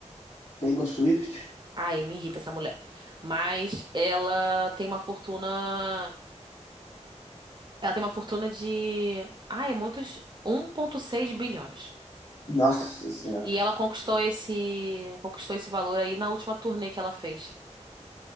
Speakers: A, on the left (about 55°); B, on the right (about 40°).
A: Taylor Swift.
B: Ai, me irrita essa mulher. Mas ela tem uma fortuna. Ela tem uma fortuna de. Ah, é muitos. um vírgula seis bilhões.
A: Nossa Senhora.
B: E ela conquistou esse, conquistou esse valor aí na última turnê que ela fez.